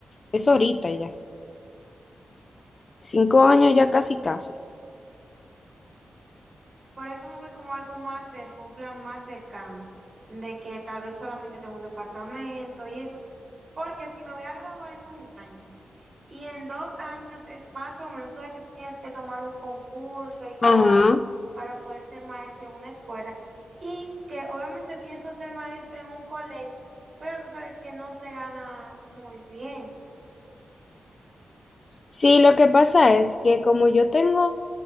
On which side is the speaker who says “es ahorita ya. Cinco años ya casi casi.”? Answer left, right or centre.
Left